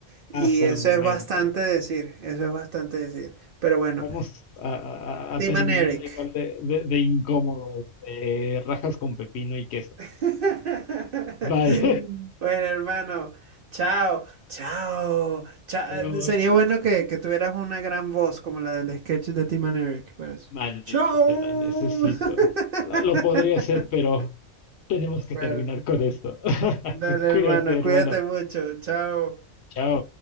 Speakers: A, on the right; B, on the left.
A: y
B: hasta
A: eso
B: el momento.
A: es bastante decir, eso es bastante decir. Pero bueno,
B: Vamos a, a- a- a
A: Team
B: terminar
A: and Eric.
B: igual de, de, de incómodo, este, rajas con pepino y queso.
A: <laughs>
B: Vale.
A: Bueno hermano, chao, chao, cha-
B: <laughs> Chao,
A: eh, Sería bueno que, que tuvieras una gran voz como la del sketch de Team and Eric, pero eso.
B: Maldito,
A: Chao.
B: sea, la necesito.
A: <laughs>
B: Lo, lo podría hacer, pero tenemos que
A: Bueno.
B: terminar con esto. <laughs>
A: Dale, hermano,
B: Cuídate, hermano.
A: cuídate mucho. Chao.
B: Chao.